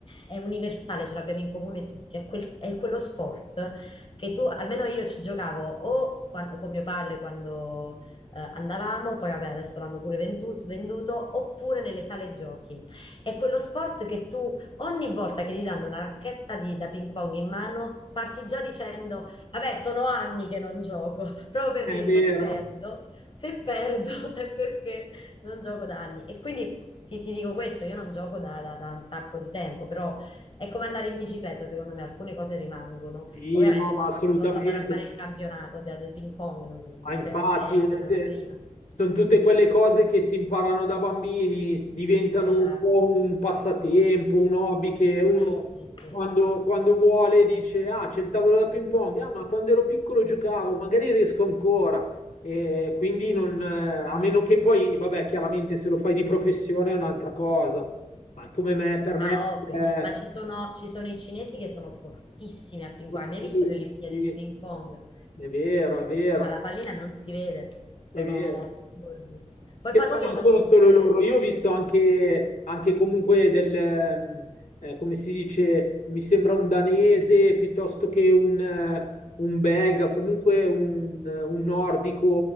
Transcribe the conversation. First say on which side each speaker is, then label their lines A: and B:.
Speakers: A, on the left (about 45°); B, on the left (about 80°).
A: è universale, ce l'abbiamo in comune tutti, è, quel- è quello sport che tu, almeno io ci giocavo o quando- con mio padre quando eh, andavamo, poi vabbè adesso l'hanno pure ventu- venduto, oppure nelle sale giochi. È quello sport che tu ogni volta che ti danno una racchetta di- da ping pong in mano, parti già dicendo, vabbè sono anni che non gioco, <laughs> proprio per
B: È
A: dire
B: vero.
A: se perdo, se perdo <laughs> è perché non gioco da anni. E quindi ti, ti dico questo, io non gioco da, da- da un sacco di tempo, però è come andare in bicicletta, secondo me, alcune cose rimangono.
B: Sì,
A: Ovviamente
B: no, ma
A: poi
B: assolutamente.
A: non posso andare a fare il campionato di, di ping pong, non so,
B: Ma infatti,
A: perderei
B: ed
A: alla
B: è-
A: prima.
B: sono tutte quelle cose che si imparano da bambini, diventano
A: Esatto,
B: un po' un passatempo, un hobby che uno
A: sì, sì, sì.
B: quando, quando vuole dice, ah, c'è il tavolo da ping pong, ah, ma quando ero piccolo giocavo, magari riesco ancora. E quindi non, eh, a meno che poi, vabbè, chiaramente se lo fai di professione è un'altra cosa, ma come me, per me...
A: Ah, ovvio,
B: eh,
A: ma ci sono, ci sono i cinesi che sono fortissimi a ping
B: Sportivi,
A: pong. Hai mai visto le Olimpiadi
B: sì,
A: di
B: è
A: ping pong?
B: vero, è vero,
A: Ma la pallina non si vede, sono
B: è vero.
A: assurdi. Poi
B: Che
A: fanno
B: poi
A: le
B: non
A: battute.
B: sono solo loro, io ho visto anche, anche comunque del, ehm, eh, come si dice, mi sembra un danese piuttosto che un, eh, un belga, comunque un, eh, un nordico,